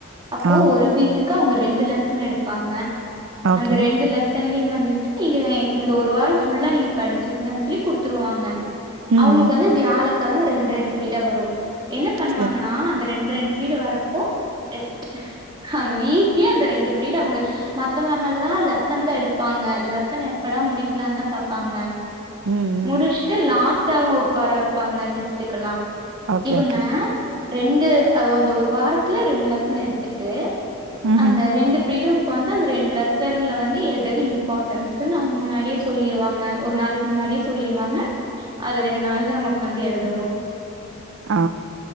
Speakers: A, on the right; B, on the right.
A: அப்போ
B: ஆ
A: ஒரு வீக்குக்கு அவுங்க ரெண்டு லெசன் எடுப்பாங்க
B: ஓகே
A: அந்த ரெண்டு லெ சன்லையு வந்துட்டு நீங்க இந்த ஒரு வாரோ ஃபுல்லா நீங்க படிச்சிங்கன் சொல்லி குடுத்துருவாங்க
B: ம்
A: அவுங்களுக்கு
B: ம்
A: வந்து வியாழக்கிழம ரெண்டு ரெண்டு பீர்ட வரு என்ன பண்ணுவாங்கனா
B: சரி
A: அந்த ரெண் ரெண்டு ப்ரீடு வரப்போ டெஸ்ட்டு அந்த வீக்லே அந்த ரெண்டு ப்ரீடு அவுங்க மத்த மேமெல்லா லெசன் தா எடுப்பாங்க லெசன் எப்படா முடிக்லான் தா பாப்பாங்க
B: ம் ம்
A: முடிஸ்ட்டு லாஸ்ட்டா அவுங்க உக்கார வெப்பாங்க டெஸ்ட்டு கல்லா
B: ஓகே
A: இவுங்க
B: ஓகே
A: ரெண்டு அ அந்த ஒரு வாரத்துல ரெண்டு லெசன் எடுத்துட்டு
B: ம்ஹ்ம்
A: அந்த ரெண்டு ப்ரீடு ஒக்காந்து அந்த ரெண்டு லெசன்ல வந்து எத எது இம்பாட்டன்ஸ்னு அவுங்க முன்னாடியே சொல்லிருவாங்க ஒரு நாளைக் முன்னாடியே சொல்லிருவாங்க அது ரெண்ட் நாள் தா நம்ம ஒக்காந்து எழுதணு
B: ஆ